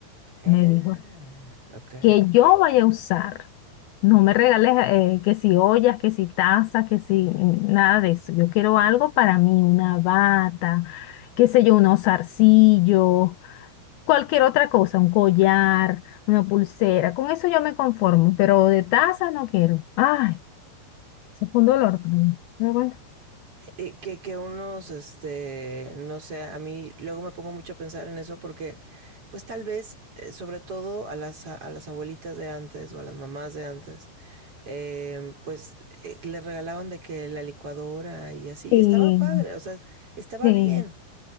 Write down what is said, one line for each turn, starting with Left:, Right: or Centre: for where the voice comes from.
Right: Ah,
Left: me dijo
Right: ok.
Left: que yo vaya a usar. No me regales eh, que si ollas, que si tazas, que si mm, nada de eso. Yo quiero algo para mí, una bata, qué sé yo, unos zarcillos, cualquier otra cosa, un collar, una pulsera. Con eso yo me conformo, pero de tazas no quiero. Ay, eso fue un dolor para mí. Pero bueno.
Right: eh, que, que unos, este, no sé, a mí luego me pongo mucho a pensar en eso porque, pues tal vez, eh, sobre todo a las, a, a las abuelitas de antes o a las mamás de antes, eh, pues eh, les regalaban de que la licuadora y así,
Left: Sí,
Right: y estaba padre, o sea, estaba
Left: sí,
Right: bien.